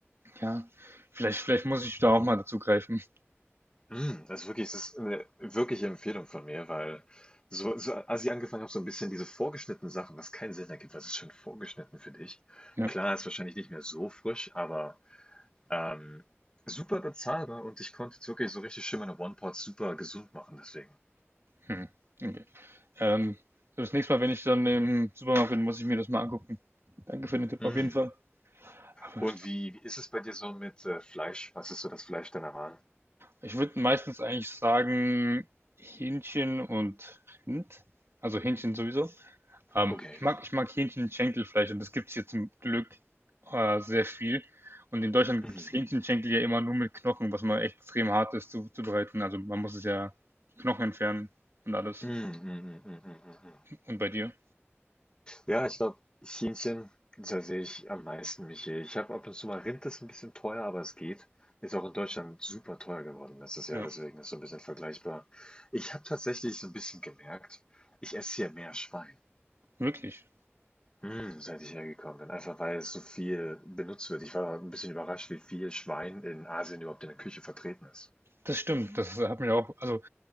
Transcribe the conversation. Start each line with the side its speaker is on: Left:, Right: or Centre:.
Right: ja, vielleicht vielleicht muss ich da auch mal dazu greifen.
Left: Mm, also wirklich, es ist eine wirkliche Empfehlung von mir, weil so so als ich angefangen habe, so ein bisschen diese vorgeschnittenen Sachen, was keinen Sinn ergibt, was ist schon vorgeschnitten für dich?
Right: Ja.
Left: Klar, ist wahrscheinlich nicht mehr so frisch, aber, ähm, super bezahlbar und ich konnte jetzt wirklich so richtig schön meine One-Pot super gesund machen deswegen.
Right: Hm, okay. Ähm, so das nächste Mal, wenn ich dann im Supermarkt bin, muss ich mir das mal angucken. Danke für den Tipp
Left: Mm.
Right: auf jeden Fall. Aber
Left: Und wie ist es bei dir so mit äh, Fleisch? Was ist so das Fleisch deiner Wahl?
Right: Ich würde meistens eigentlich sagen Hähnchen und Rind. Also Hähnchen sowieso. Ähm,
Left: Okay.
Right: ich mag, ich mag Hähnchenschenkelfleisch und das gibt es hier zum Glück äh, sehr viel. Und in Deutschland
Left: Mhm.
Right: gibt es Hähnchenschenkel ja immer nur mit Knochen, was mal echt extrem hart ist zu, zubereiten. Also man muss es ja die Knochen entfernen und alles.
Left: Mhm, mhm, mhm, mhm, mhm.
Right: Und bei dir?
Left: Ja, ich glaube, Hähnchen, da sehe ich am meisten mich hier. Ich habe ab und zu mal Rind, ist ein bisschen teuer, aber es geht. Ist auch in Deutschland super teuer geworden letztes Jahr,
Right: Ja,
Left: deswegen ist so ein bisschen vergleichbar. Ich habe tatsächlich so ein bisschen gemerkt, ich esse hier mehr Schwein,
Right: wirklich.
Left: mm, seit ich hergekommen bin. Einfach weil es so viel benutzt wird. Ich war ein bisschen überrascht, wie viel Schwein in Asien überhaupt in der Küche vertreten ist.
Right: Das stimmt. Das hat mich auch, also,